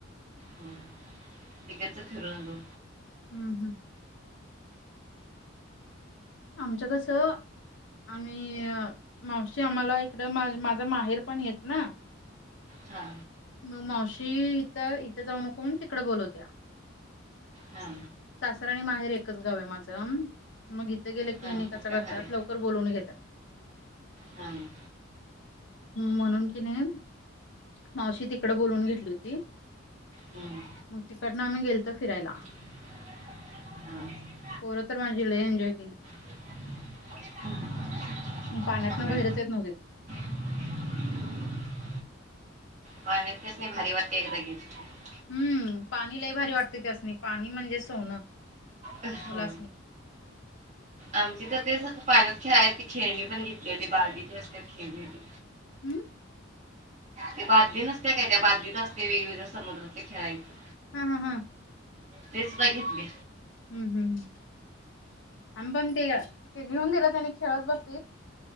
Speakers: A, on the right; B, on the left.
A: हम्म, तिकडच फिरून आलो.
B: हम्म-हम्म. आमच्या कसं आणि मावशी, आमाला इकड मा माझा माहेर पण हेच ना.
A: हा.
B: मग मावशी, हित इत जाऊ नको म्हणून तिकडं बोलवत्या.
A: हा.
B: सासरं आणि माहेर एकच गाव आहे माझं, मग इथे गेलं की
A: हां
B: यांनी
A: मग
B: कस करतात
A: काय भारी
B: लवकर? तर बोलवून घेतात.
A: हम.
B: म्हणून की नाही मावशी तिकडं बोलवून घेतली होती,
A: हम्म,
B: मग तिकडनं आम्ही गेलत फिरायला.
A: हा.
B: पोरं तर माझी लई एन्जॉय केली.
A: <unintelligible>
B: पाण्यातन
A: होय
B: भइरच येत नव्हतीत.
A: <inaudible> पाण्यात त्यास नी भारी वाटतंयं, एकदा गेलं की.
B: हम्म, पाणी लयभारी वाटते त्यासनी. पाणी म्हणजे सोनं
A: हो.
B: मुलासनी.
A: आमची तर ते स पाण्यात खेळायची खेळणी पण घेतली होती, बारडीची असते खेळणी ती.
B: हमं.
A: ती बादली नसत्या काय? त्या बादलीत असते वेगवेगळ्या समुद्रातलं खेळायचे.
B: हा-हा.
A: तेचं बघितले.
B: हम्म-हम्म. आम्ही पण ते-ते घेऊन दिला त्याने. खेळत बसलीत.